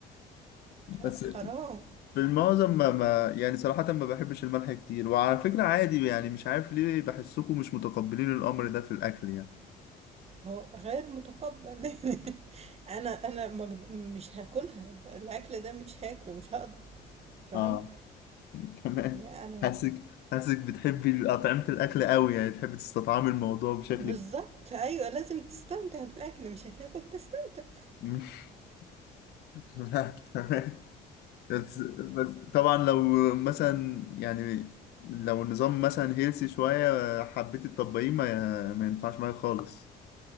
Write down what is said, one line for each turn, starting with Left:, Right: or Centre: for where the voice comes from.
Left: بس
Right: لا حرام
Left: في المعظم ما, ما يعني صراحة ما بحبش الملح كتير وعلى فكرة عادي يعني مش عارف ليه بحسكم مش متقبلين الأمر ده في الأكل يعني
Right: هو غير متقبل <laughs> انا انا مجد... مش هاكلها الاكل ده مش هاكله مش هقدر فاهم
Left: اه <laughs> كمان
Right: يعني انا
Left: حاسك حاسك بتحبي أطعمة الأكل قوي يعني تحبي تستطعمي الموضوع بشكل
Right: بالظبط ايوه لازم تستمتع بالاكل مش هتاكل تستمتع
Left: <laughs> <laughs> لا تمام بس بس طبعا لو مثلا يعني لو النظام مثلا هيلسي شوية حبيت تطبقيه ما, ما ينفعش معايا خالص